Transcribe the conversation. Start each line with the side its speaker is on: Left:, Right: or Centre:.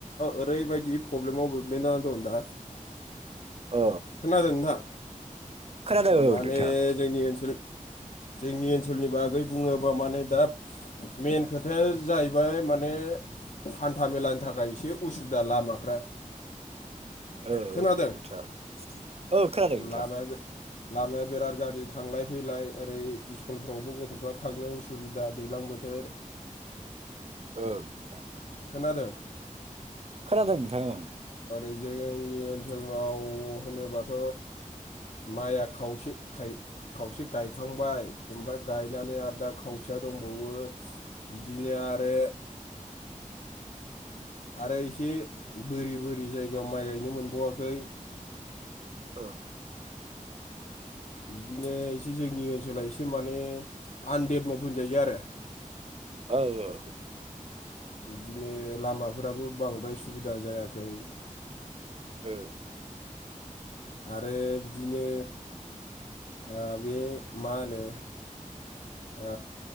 Left: ओरैबायदि बि प्रब्लेमाव गोगलैना दं दा
Right: अ
Left: खोनादों नोंथां
Right: खोनादों औ
Left: माने
Right: नोंथां
Left: जोंनि ओनसोल जोंनि ओनसोलनि बागै बुङोबा माने दा मेन खोथाया जाहैबाय माने। हान्था मेलानि थाखाय एसे उसुबिदा लामाफ्रा।
Right: औ
Left: खोनादों
Right: नोंथां औ खोनादों नोंथां
Left: लामाया बे। लामाया बिराद गाज्रि थांलाय फैलाय। ओरै स्कुलफ्रावबो गथ'फ्रा थांनो उसुबिदा दैज्लां बोथोर।
Right: ओ नोंथां।
Left: खोनादों।
Right: खोनादों नोंथां ओ
Left: जोंनि ओनसोलाव होनोबाथ' माइआ खावसे खाय खावसे गायखांबाय ओमफ्राय गायनानै आरो दा खावसेया दंबावो। बिदिनो आरो <inaudible> आरो इसे। बोरि बोरि जायगायाव माइ गायनो होनबावाखै।
Right: ओ
Left: बिदिनो एसे जोंनि ओनसोला एसे माने आनडेभ्लाप होनजायो आरो।
Right: औ औ।
Left: बिदिनो लामाफोराबो बांद्राय सुबिदा जायाखै।
Right: ओ
Left: आरो बिदिनो ओ बे मा होनो। ओ।